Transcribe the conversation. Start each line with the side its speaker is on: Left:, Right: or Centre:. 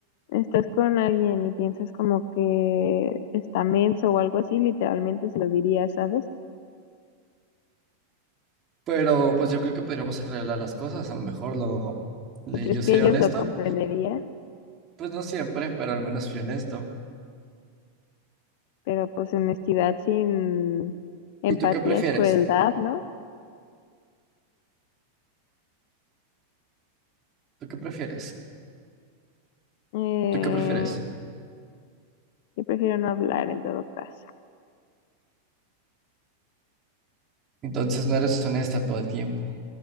Left: estás con alguien y piensas como que está menso o algo así, literalmente se lo dirías, ¿sabes?
Right: Pero pues yo creo que podríamos arreglar las cosas. A lo mejor lo, le-
Left: ¿Y crees
Right: yo
Left: que
Right: seré
Left: ellos
Right: honesto.
Left: lo comprenderían?
Right: Pues no siempre, pero al menos fui honesto.
Left: Pero pues honestidad sin empatía
Right: ¿Y tú qué prefieres?
Left: es crueldad, ¿no?
Right: ¿Tú qué prefieres?
Left: Eh,
Right: ¿Tú qué prefieres?
Left: yo prefiero no hablar en todo caso.
Right: Entonces no eres honesta todo el tiempo.